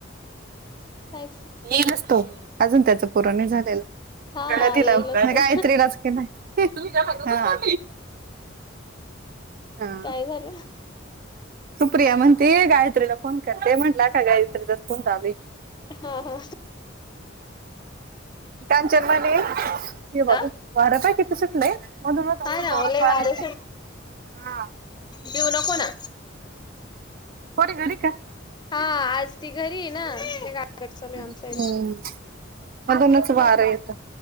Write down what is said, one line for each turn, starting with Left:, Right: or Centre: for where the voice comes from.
Left: पायसी.
Right: मी नसतो अजून त्याचं पुरण झालेलं
Left: हा
Right: <inaudible> तिला
Left: येईलच तो
Right: काहीत्रीलाच के नाही हा हा,
Left: काय झालं.
Right: सुप्रिया म्हणते गायत्रीला फोन करते म्हटलं का गात्रीला फोन चालू हाय.
Left: हा हा,
Right: त्यांच्या म्हणे. हे बाबू
Left: अ
Right: वारं पाय किती सुटलंय मधून म
Left: हा
Right: असं
Left: ना
Right: जोरात
Left: ओ लय
Right: वार
Left: वारं
Right: येते हा.
Left: देऊ न को ना.
Right: कोणी घरी हाय का.
Left: हा आज ती घरी ना का चालू आहे आमच्या.
Right: हम्म मधूनच वारा येत.